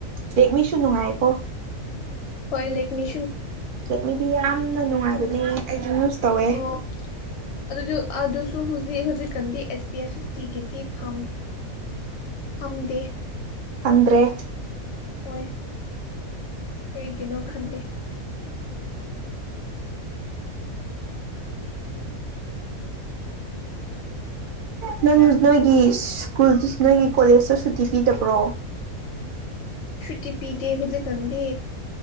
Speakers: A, on the right (about 45°); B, on the left (about 60°).
A: ꯔꯦꯛꯃꯤꯁꯨ ꯅꯨꯡꯉꯥꯏꯕꯣ
B: ꯍꯣꯏ ꯂꯦꯛ ꯃꯤ
A: ꯍ ꯃꯤꯗꯤ ꯌꯥꯝꯅ ꯅꯨꯡꯉꯥꯏꯕꯅꯦ ꯑꯩꯁꯨ ꯅꯨꯁ ꯇꯧꯋꯦ
B: ꯑꯣ ꯑꯗꯨ ꯑ ꯑꯗꯨ ꯍꯧꯖꯤꯛ ꯍꯧꯖꯤꯛꯀꯥꯟꯗꯤ ꯑꯦꯁ ꯄꯕꯤ ꯑꯐ ꯐꯤꯐꯇꯤꯒꯤꯗꯤ ꯐꯥꯝ ꯐꯝꯗ
A: ꯑꯗ꯭ꯔꯦ
B: ꯑꯣꯏꯣꯏ ꯑꯩꯩ ꯀꯩꯅꯣ ꯈꯟꯗ
A: ꯅ ꯅꯣꯏꯒꯤ ꯁ꯭ꯀꯨꯜ ꯅꯣꯏꯒꯤ ꯀꯣꯂꯦꯖꯇ ꯁꯨꯇꯤ ꯄꯤꯗꯕ꯭ꯔꯣ
B: ꯁꯨꯇꯤ ꯄꯤꯗ ꯍꯧꯖꯤꯛ ꯀꯗ